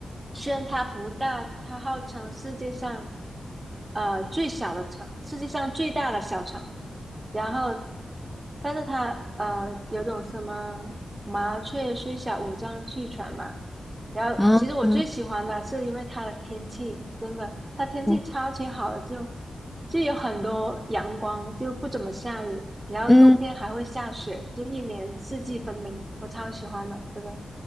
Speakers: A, on the right; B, in the centre.
A: 虽然它不大，它号称世界上呃最小的城，世界上最大的小城。然后，但是他呃有种什么麻雀虽小，五脏俱全嘛。然后，
B: 嗯嗯
A: 其实我最喜欢的是因为它的天气，真的，它天气超级好的，
B: 嗯
A: 就就有很多阳光，就不怎么下雨，然后冬天还会下雪，
B: 嗯，
A: 就一年四季分明，我超喜欢的这个。